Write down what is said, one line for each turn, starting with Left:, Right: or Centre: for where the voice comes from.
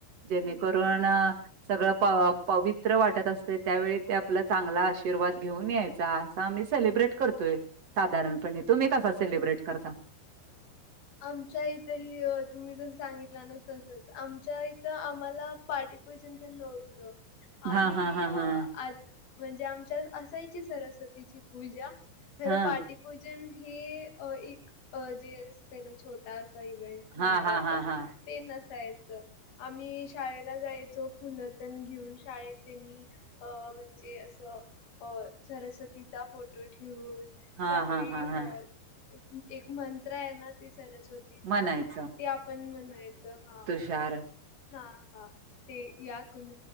Right: जेणे
Left: अच्छा
Right: करून
Left: हा.
Right: सगळं प पवित्र वाटत असतय त्यावेळी ते आपला चांगला आशीर्वाद घेऊन यायचा. आम्ही सेलिब्रेट करतोय साधारणपणे तुम्ही कसा सेलिब्रेट करता?
Left: आमच्या इथंही तुम्ही जस सांगितलं ना तसच आमच्या इथं आम्हाला पाटी पुजन तन नव्हत
Right: हा
Left: आम्ही
Right: हा हा
Left: अ
Right: हा
Left: आज म्हणजे आमच्या असायची सरस्वतीची पूजा खर
Right: हा
Left: पाठी भोजन हे एक जे असतय ना छोटा असा इव्हेंट. म्हणतो
Right: हा हा
Left: आपण
Right: हा हा हा
Left: ते नसायच आम्ही शाळे ला जायचो फुलतण घेऊन शाळेत त्यांनी अ म्हणजे असं अ सरस्वतीचा फोटो ठेवून.
Right: हा
Left: सगळे
Right: हा हा हा
Left: अ एक मंत्र आहे ना ते सरस्वतीच
Right: म्हणायचं
Left: ते आपण म्हणायचं हा..
Right: शार.
Left: हा, हा ते याकून